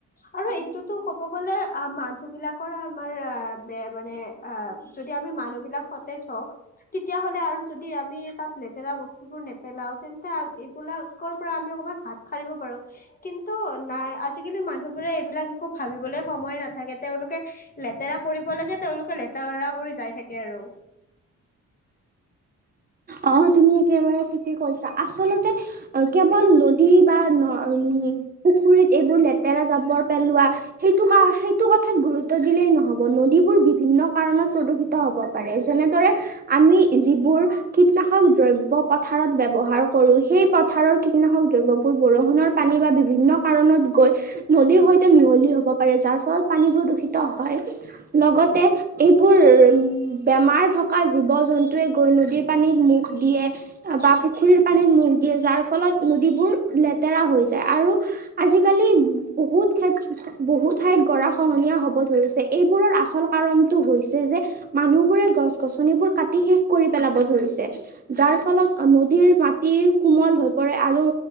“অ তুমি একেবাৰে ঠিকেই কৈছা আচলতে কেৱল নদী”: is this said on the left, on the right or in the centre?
Right